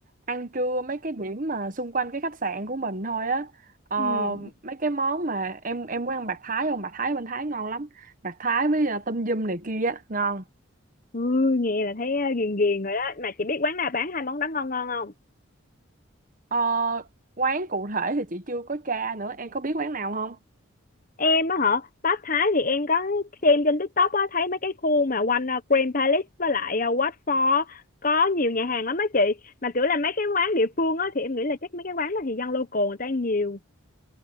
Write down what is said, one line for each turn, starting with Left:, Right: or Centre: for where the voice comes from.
Right: ăn trưa mấy cái điểm mà xung quanh cái khách sạn của mình thôi á. Ờ,
Left: Ừ.
Right: mấy cái món mà em em muốn ăn bạc Thái không? Bạc Thái bên Thái ngon lắm. Bạc Thái với uh, tâm dum này kia á, ngon.
Left: Ừ, nghe là thấy ờ, ghiền ghiền rồi đó mà chị biết quán nào bán hai món đó ngon ngon không
Right: Ờ, quán cụ thể thì chị chưa có tra nữa, em có biết quán nào không?
Left: em á hả Pháp Thái thì em có xem trên TikTok á thấy mấy cái khu mà quanh ờ, Grand Palace với lại ờ, Wat Phó có nhiều nhà hàng lắm á chị mà kiểu là mấy cái quán địa phương á thì em nghĩ là chắc mấy cái quán đó thì dân local người ta ăn nhiều